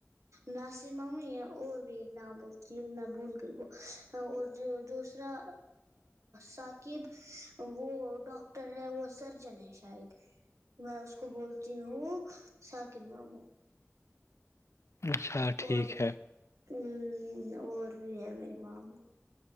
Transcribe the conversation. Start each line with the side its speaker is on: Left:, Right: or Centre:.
Right: ناصر مام ہے اور بھی ایک نام بولتی ہے میں بھول گئی وہ اور جو دوسرا ثاقب وہ ڈاک وہ سرجن ہے شاید میں اس کو کو بولتی ہوں ساکمابو
Left: اچھا ٹھیک
Right: اور ہ
Left: ہے
Right: اور بھی ہے میرے معم